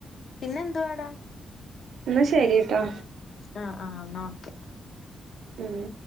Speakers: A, on the left; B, on the right.
A: പിന്നെന്തുവാടാ
B: ന്നാ ശരി ട്ടോ
A: ആഹ് ആഹ് ന്നാ ഓക്കെ
B: ഉം